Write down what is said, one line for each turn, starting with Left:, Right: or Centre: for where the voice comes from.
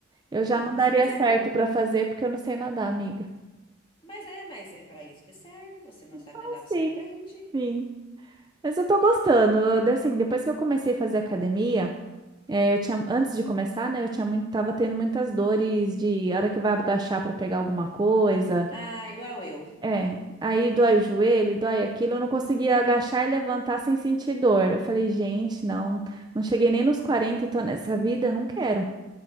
Right: Eu já
Left: Nossa,
Right: não daria
Left: mas
Right: certo
Left: é bom.
Right: pra fazer porque eu não sei nadar, amiga.
Left: Mas é, mas é para isso que serve. Você não sabe
Right: Ah,
Left: andar, você
Right: sim,
Left: aprende.
Right: sim. Mas eu tô gostando. Eu, Assim, depois que eu comecei a fazer academia, é, eu tinha, antes de começar, né, eu tinha muito, tava tendo muitas dores de hora que vai agachar pra pegar alguma coisa.
Left: Ah, igual eu.
Right: É, aí dói o joelho, dói aquilo. Eu não conseguia agachar e levantar sem sentir dor. Eu falei, gente, não, não cheguei nem nos 40 e tô nessa vida, não quero.